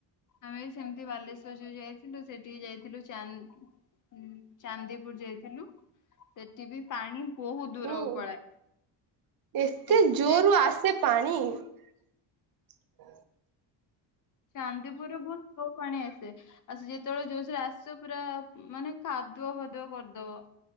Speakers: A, on the left (about 40°); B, on the right (about 50°).
A: ଆମେ ସେମତି ବାଲେଶ୍ଵର ଯୋଉ ଯାଇଥିଲୁ ସେଠିକି ଯାଇଥିଲୁ ଚାନ୍ ଉଁ ଚାନ୍ଦିପୁର ଯାଇଥିଲୁ ସେଠି ବି ପାଣି ବହୁତ ଦୂରକୁ
B: ହୁଁ
A: ପଳାଏ
B: ଏତେ
A: କେତେ
B: ଜୋରୁ ଆସେ ପାଣି! ହଁ
A: ଚାନ୍ଦିପୁରରେ ବୋହୁତ ସ୍ଲୋ ପାଣି ଆ ଆ ସିଏ ଯେତୋଳେ ଜୋସରେ ଆସିବ ପୁରା ମାନେ କାଦୁଅ ଫାଦୁଅ କରିଦବ।